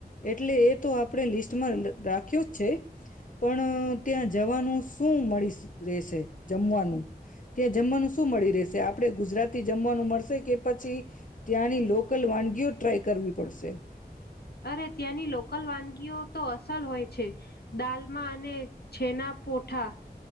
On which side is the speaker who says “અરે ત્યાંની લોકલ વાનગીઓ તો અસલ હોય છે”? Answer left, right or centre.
Left